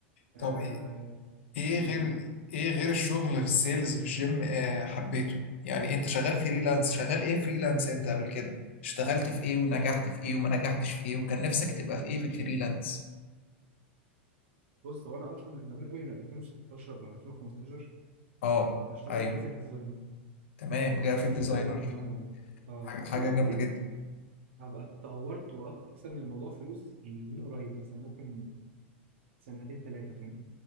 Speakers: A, on the right (about 80°); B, on the left (about 75°).
A: آه
B: طب ايه
A: أمم،
B: غير
A: قول لي
B: ايه غير الشغل في السيلز في الجيم آه حبيته يعني انت شغال فريلانس شغال ايه فريلانس انت قبل كده اشتغلت في ايه ونجحت في ايه وما نجحتش في ايه وكان نفسك تبقى في ايه في الفريلانس
A: بص هو انا اصلا من زمان قوي من 2016 او 2015
B: اه
A: بشتغل
B: ايوه
A: جرافيك ديزاين
B: تمام جرافيك
A: جرافيك
B: ديزاينر
A: ديزاينر من زمان قوي اه
B: حاجة
A: بس
B: حاجة
A: انا ابتديت
B: جامدة جدا
A: هبقى اتطورت واكسب من الموضوع فلوس يعني من قريب مثلا ممكن سنتين ثلاثه فاهم